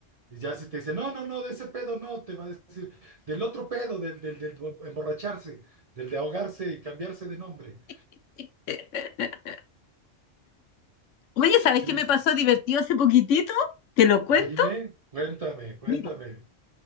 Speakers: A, on the right; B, on the left.
A: Y ya si te dice, no, no, no, de ese pedo no, te va a decir, del otro pedo, del, del, del emborracharse, del de ahogarse y cambiarse de nombre.
B: <laughs> Oye, ¿sabes
A: Sí,
B: qué me
A: sí.
B: pasó divertido hace poquitito? Te lo cuento.
A: Dime, cuéntame, cuéntame.
B: Mira,